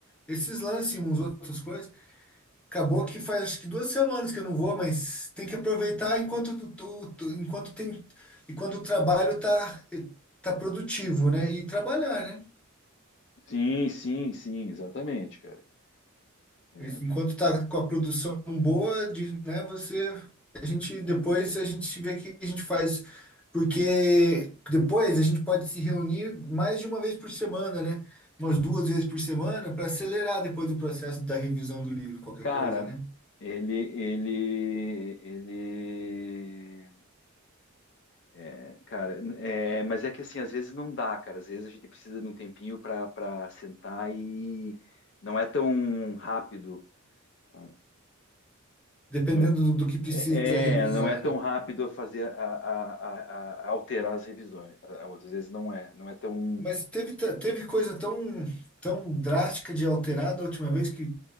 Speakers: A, in the centre; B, on the left.
A: esses lances e uns outras coisas. Acabou que faz acho que duas semanas que eu não vou, mas tem que aproveitar enquanto, tu, tu- tu- enquanto tem, enquanto o trabalho tá, tá produtivo, né? E trabalhar, né?
B: Sim, sim, sim, exatamente, cara. É.
A: Enquanto tá com a produção boa, de, né, você, a gente depois a gente vê o que a gente faz, porque depois a gente pode se reunir mais de uma vez por semana, né? Umas duas vezes por semana para acelerar depois o processo da revisão do livro, qualquer
B: Cara,
A: coisa, né?
B: ele, ele, ele, é, cara, é, mas é que assim, às vezes não dá, cara. Às vezes a gente precisa de um tempinho para para sentar e não é tão rápido. Ah,
A: Dependendo
B: Não é,
A: do, do que precisa
B: é,
A: revisar,
B: é, não é tão
A: né?
B: rápido fazer a, a, a, a- a alterar as revisões. Às vezes não é, não é tão
A: Mas teve, ta- teve coisa tão, tão drástica de alterar da última vez que